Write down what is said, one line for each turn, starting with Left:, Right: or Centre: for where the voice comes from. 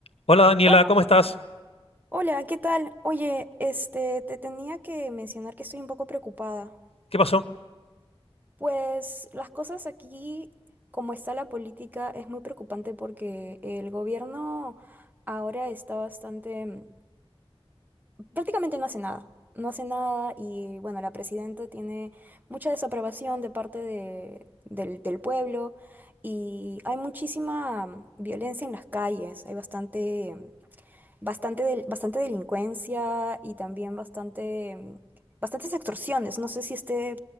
Left: Hola Daniela,
Right: Hola,
Left: ¿cómo estás?
Right: hola, ¿qué tal? Oye, este, te tenía que mencionar que estoy un poco preocupada.
Left: ¿Qué pasó?
Right: Pues las cosas aquí, como está la política, es muy preocupante porque el gobierno ahora está bastante, mm, prácticamente no hace nada. No hace nada y bueno, la presidenta tiene mucha desaprobación de parte de- del, del pueblo y hay muchísima mm, violencia en las calles, hay bastante bastante, del- bastante delincuencia y también bastante, mm, bastantes extorsiones. No sé si esté